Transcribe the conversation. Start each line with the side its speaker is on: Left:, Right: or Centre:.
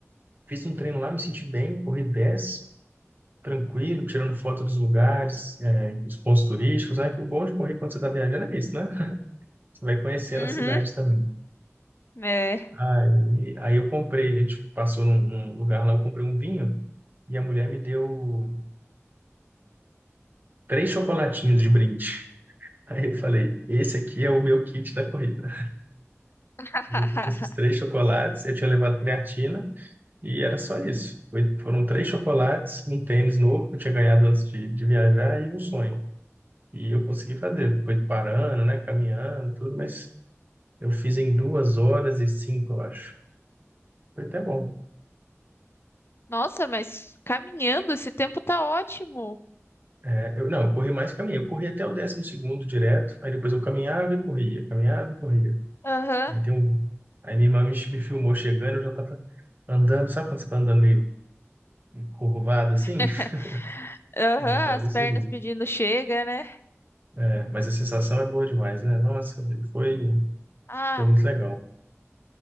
Right: fiz um treino lá, me senti bem, corri dez. tranquilo, tirando foto dos lugares, é, os pontos turísticos, né? Que o bom de correr quando você está viajando é isso, né? Você vai conhecendo
Left: uhum,
Right: a cidade também.
Left: é.
Right: Aí, aí eu comprei, a gente passou num, num lugar lá, eu comprei um vinho e a mulher me deu três chocolatinhos de brinde. Aí eu falei, esse aqui é o meu kit da corrida.
Left: <laughs>
Right: Eu fui com esses três chocolates, eu tinha levado creatina e era só isso. Foi- Foram três chocolates, um tênis novo que eu tinha ganhado antes de, de viajar e um sonho. E eu consegui fazer. Foi parando, né? Caminhando, tudo, mas eu fiz em duas horas e cinco, eu acho. Foi até bom.
Left: Nossa, mas caminhando, esse tempo tá ótimo.
Right: É, eu, não, eu corri mais caminho. Eu corri até o décimo segundo direto, aí depois eu caminhava e corria, caminhava e corria.
Left: Aham,
Right: Aí tem um. Aí minha irmã me, me filmou chegando, eu já tava andando, sabe quando você tá andando meio curvado assim?
Left: <laughs>
Right: <laughs>
Left: aham,
Right: Eu já tava
Left: as
Right: desse
Left: pernas
Right: jeito.
Left: pedindo chega, né?
Right: É, mas a sensação é boa demais, né? Nossa, foi,
Left: Ah,
Right: foi muito legal.